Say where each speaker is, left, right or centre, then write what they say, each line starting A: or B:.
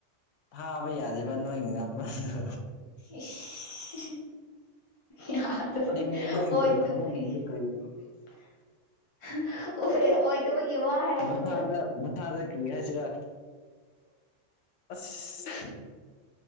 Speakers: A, on the left (about 75°); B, on the left (about 35°).
A: ꯐꯥꯕ ꯌꯥꯗꯦꯕ ꯅꯣꯏ ꯉꯥꯄꯨꯝꯗꯣ
B: ꯏꯁ ꯌꯥ <unintelligible> <unintelligible>
A: ꯑꯁꯦꯡꯕ ꯅꯣꯏꯒꯤ
B: ꯑꯣꯏꯗꯕꯒꯤ
A: ꯉꯥꯄ꯭ꯔꯨꯝꯁꯤꯡꯗꯨ
B: <unintelligible>
A: ꯀꯔꯤ
B: ꯑꯣꯏ ꯑꯣꯏꯗꯕꯒꯤ ꯋꯥ ꯍꯥꯏꯔꯛꯀꯅꯨꯗ
A: ꯃꯁꯥꯗ
B: <unintelligible>
A: ꯃꯁꯥꯗ ꯀꯔꯤ ꯍꯥꯏꯁꯤꯔꯥ ꯑꯁ